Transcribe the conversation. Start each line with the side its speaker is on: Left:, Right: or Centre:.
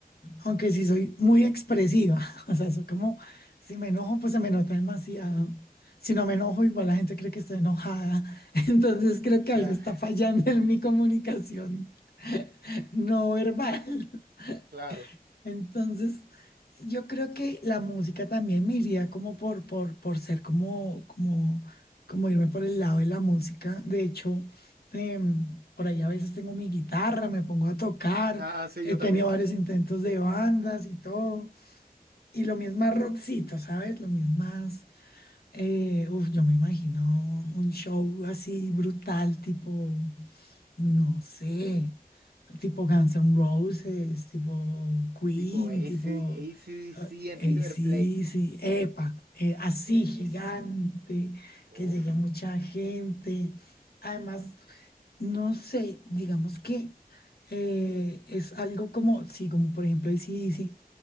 Left: aunque sí soy muy expresiva, <laughs> o sea, soy como, si me enojo, pues se me nota demasiado. Si no me enojo, igual la gente cree que estoy enojada. <laughs> Entonces creo que algo
Right: Ah,
Left: está fallando en mi comunicación. no verbal. <laughs>
Right: claro.
Left: Entonces, yo creo que la música también me iría como por, por, por ser como, como, como irme por el lado de la música. De hecho, em, por ahí a veces tengo mi guitarra, me pongo a tocar,
Right: Ah, sí,
Left: he
Right: yo
Left: tenido
Right: también.
Left: varios intentos de bandas y todo. Y lo mismo más rockcito, ¿sabes? Lo mismo más, eh, uf, yo me imagino un show así brutal, tipo... No sé, tipo Guns N' Roses, tipo Queen,
Right: Tipo A
Left: tipo
Right: C D C
Left: eh,
Right: en River
Left: AC/DC,
Right: Plate.
Left: epa, eh, así
Right: Buenísimo.
Left: gigante,
Right: Uf,
Left: que llegue a mucha gente. Además, no sé, digamos que eh, es algo como, sí, como por ejemplo AC/DC,